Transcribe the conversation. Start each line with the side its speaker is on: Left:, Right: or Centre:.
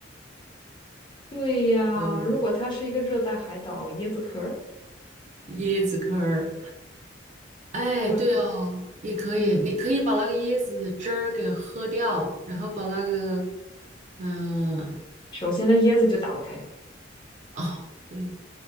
Left: 对呀，
Right: 有
Left: 如果它是一个热带海岛，椰子壳儿，
Right: 椰子壳儿。哎，
Left: 我只
Right: 对哦，也可以，
Left: 嗯，
Right: 你可以把那个椰子汁儿给喝掉，然后把那个，嗯、
Left: 首先那椰子就打不开，
Right: 哦，对，